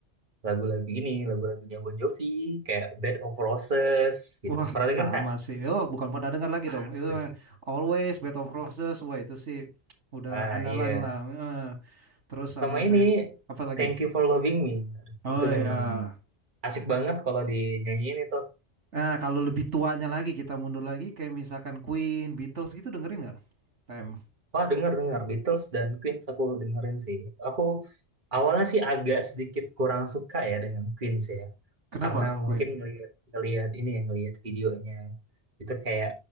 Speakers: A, on the right; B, on the right.
A: lagu-lagu ini, lagu-lagunya Bon Jovi, kayak Bed of Roses gitu.
B: Wah,
A: Pernah denger
B: sama
A: Kak?
B: sih. Oh, bukan pernah dengar lagi
A: Asik.
B: dong. Itu Always Bed of Roses. Wah, itu sih udah
A: Ah
B: andalan
A: iya.
B: lah. Heeh. terus sama
A: Sama ini
B: kayak apa lagi?
A: Thank You for Loving Me. Aduh,
B: Oh
A: itu
B: ya.
A: memang asik banget kalau dinyanyiin itu.
B: Nah, kalau lebih tuanya lagi kita mundur lagi kayak misalkan Queen, Beatles gitu dengerin nggak? Tem.
A: Wah denger-denger Beatles dan Queen aku dengerin sih. Aku awalnya sih agak sedikit kurang suka ya dengan Queen sih ya.
B: Kenapa
A: Karena mungkin
B: Queen?
A: ngelihat ngelihat ini ya ngelihat videonya itu kayak